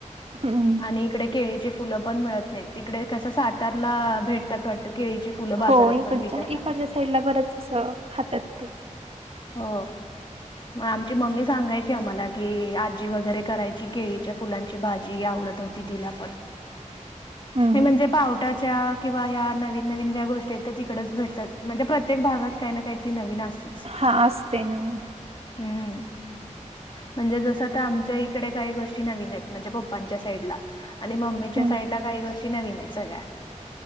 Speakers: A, on the right; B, on the left.
A: हम्म.
B: आणि इकडे केळीचे फुलं पण मिळत नाहीत तिकडे कस सातारला भेटत त वाटत केळीची फुलं बाजारात
A: हो इकडच्या
B: पण विकायला
A: इकडच्या साईडला बरंच असं खातात ते
B: हो म आमची मम्मी सांगायची आम्हाला की, आजी वगैरे करायची केळीच्या फुलांची भाजी आवडत ति पण
A: हम्म हम्म.
B: म्हणजे पटाच्या किंवा या नवीन नवीन ज्या गोष्टी आहेत तिकडच भेटतात म्हणजे प्रत्येक भागात काही ना काहीतरी नवीन असत
A: हा असते नाही
B: हम्म म्हणजे जस आता आमच्या इकडे काही गोष्टी नवीन आहेत म्हणजे पप्पांच्या साईडला आणिली मम्मीच्या
A: हम्म
B: साईड ला काही गोष्टी नवीन आहे सगळ्या <unintelligible>